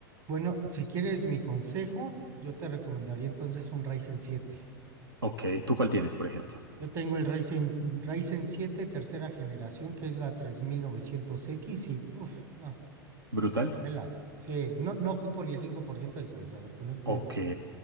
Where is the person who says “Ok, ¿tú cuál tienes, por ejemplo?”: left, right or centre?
Right